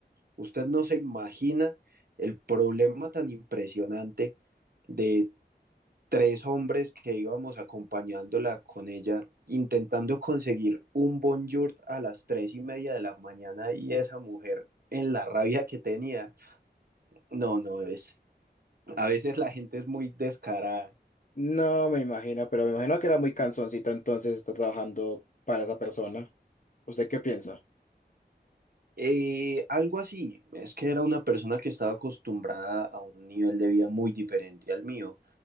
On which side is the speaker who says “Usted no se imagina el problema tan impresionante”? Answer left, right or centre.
Right